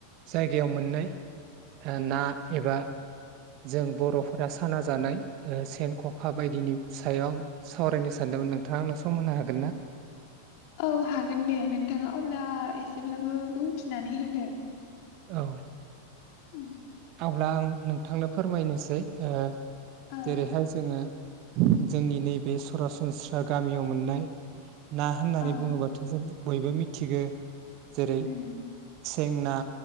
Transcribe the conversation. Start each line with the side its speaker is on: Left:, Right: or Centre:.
Right: जायगायाव मोननाय ना एबा जों बर'फोरा साना जानाय ओ सेन ख'खा बायदिनि सायाव आं सावरायनो सानदोंमोन नोंथाङा आंनो सम होनो हागोन ना
Left: औ हागोन दे नोंथाङा अब्ला एसेब्लाबो बुंथिनानै होदो
Right: औ
Left: उम
Right: अब्ला आं नोंथांनो फोरमायनोसै ओ
Left: औ
Right: जेरैहाय जोङो जोंनि नैबे सरासनस्रा गामियाव मोननाय ना होननानै
Left: औ
Right: बुङोबाथ' जों बयबो मिथिगौ जेरै
Left: उम
Right: सें ना